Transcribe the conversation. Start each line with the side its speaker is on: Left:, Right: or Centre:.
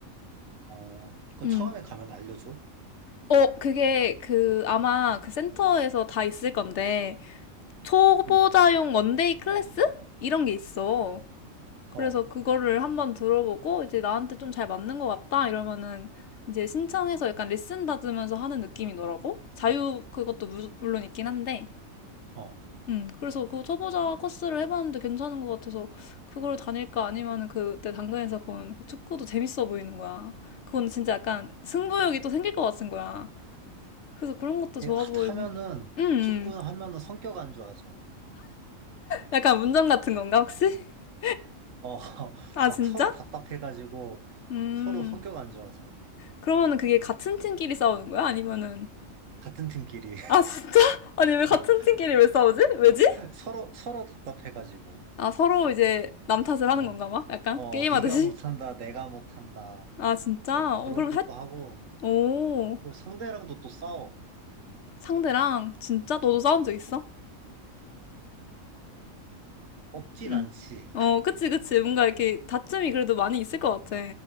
Right: 어, 그
Left: 음.
Right: 처음에 가면 알려줘.
Left: 어, 그게 그 아마 그 센터에서 다 있을 건데 초보자용
Right: 응,
Left: 원데이 클래스? 이런 게 있어. 그래서
Right: 어,
Left: 그거를 한번 들어보고 이제 나한테 좀 잘 맞는 것 같다 이러면은 이제 신청해서 약간 레슨 받으면서 하는 느낌이더라고. 자유 그것도 무- 물론 있긴 한데.
Right: 어.
Left: 음, 그래서 그 초보자 코스를 해봤는데 괜찮은 것 같아서 그걸 다닐까 아니면은 그때 당근에서 본그 축구도 재밌어 보이는 거야. 그건 진짜 약간 승부욕이 또 생길 것 같은 거야. 그래서 그런 것도
Right: 근데
Left: 좋아
Right: 하-
Left: 보이고.
Right: 하면은,
Left: 음, 음.
Right: 축구 하면은 성격 안 좋아져.
Left: 약간 운전 같은 건가
Right: 어,
Left: 혹시? <laughs>
Right: 어, <laughs>
Left: 아,
Right: 막
Left: 진짜?
Right: 서로 답답해가지고,
Left: 음.
Right: 서로 성격 안 좋아져.
Left: 그러면은 그게 같은 팀끼리 싸우는 거야? 아니면은
Right: 같은 팀끼리. <laughs>
Left: 아, 진짜? <laughs> 아니 왜 같은
Right: 어,
Left: 팀끼리 왜 싸우지? 왜지?
Right: 서로, 서로 답답해가지고.
Left: 아, 서로 이제 남 탓을 하는
Right: 어,
Left: 건가 막? 약간
Right: 어,
Left: 게임하듯이?
Right: 네가 못한다, 내가 못한다.
Left: 아, 진짜?
Right: 막
Left: 어,
Right: 그러기도
Left: 그럼 할
Right: 하고,
Left: 오.
Right: 또 상대랑도 또 싸워.
Left: 상대랑 진짜 너도
Right: 어,
Left: 싸운 적 있어?
Right: 없진
Left: 응.
Right: 않지.
Left: 어, 그치, 그치. 뭔가 이렇게 다툼이 그래도 많이 있을 것 같아.